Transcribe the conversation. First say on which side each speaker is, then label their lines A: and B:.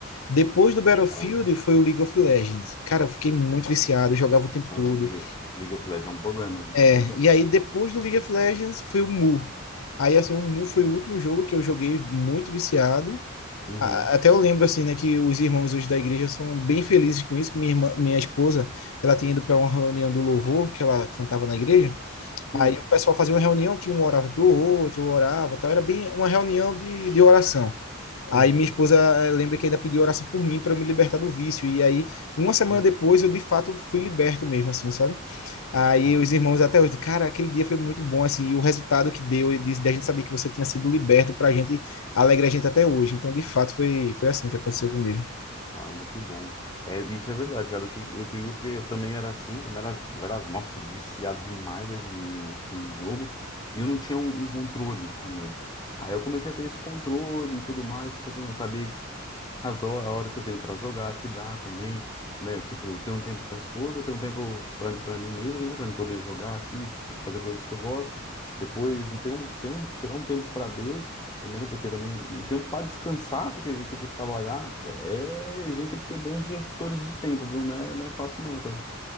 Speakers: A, on the left; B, on the left.
A: Depois do Battlefield
B: Caramba.
A: foi o League of Legends. Cara, eu fiquei muito viciado, eu jogava o tempo todo.
B: Ah, League League of Legends é um problema,
A: É,
B: viu?
A: e aí depois do League of Legends foi o Mu. Aí assim, o Mu foi o último jogo que eu joguei muito viciado.
B: Uhum.
A: A- Até eu lembro assim, né, que os irmãos hoje da igreja são bem felizes com isso, que minha irmã, minha esposa, ela tinha ido para uma reunião do louvor que ela cantava na igreja. Aí
B: Hum.
A: o pessoal fazia uma reunião que um orava pro outro, um orava, tal, era bem uma reunião de, de oração. Aí
B: Uhum.
A: minha esposa eh, lembra que ainda pediu oração por mim para eu me libertar do vício. E aí, uma semana
B: Pô,
A: depois, eu de fato fui liberto mesmo, assim, sabe? Aí
B: caramba.
A: os irmãos até hoje, cara, aquele dia foi muito bom, assim, e o resultado que deu, e de, de a gente saber que você tinha sido liberto, pra gente, alegra a gente até hoje. Então, de fato, foi, foi assim que aconteceu comigo.
B: Caramba, que bom. É, isso é verdade, cara. Eu te, eu te digo porque eu também era assim, também era, era, nossa, viciado demais em, em jogo. E eu não tinha um, um controle também. Aí eu comecei a ter esse controle e tudo mais, tipo assim, eu não sabia as horas, a hora que eu tenho para jogar, que dá também, né? Tipo, ter um tempo com a esposa, ter um tempo para para mim mesmo, né? Para me poder jogar aqui, tipo, fazer coisas que eu gosto. Depois, ter um, ter um, tirar um tempo para Deus também, porque também o tempo para descansar, porque a gente tem que trabalhar, é, a gente tem que ser bons gestores de tempo, viu? Não é, não é fácil não, cara. <laughs>